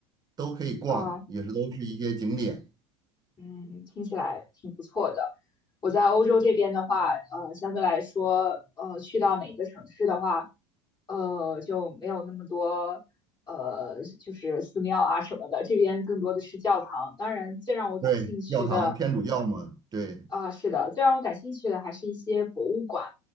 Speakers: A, on the right; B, on the left.
A: 都可以逛，
B: 啊。
A: 也是都是一些景点。
B: 嗯，听起来挺不错的。我在欧洲这边的话，呃，相对来说，呃，去到每一个城市的话，呃，就没有那么多，呃，就是寺庙啊什么的，这边更多的是教堂。当然，最让我感兴趣的，
A: 对，教堂天主教嘛，对，
B: 啊，是的，最让我感兴趣的还是一些博物馆。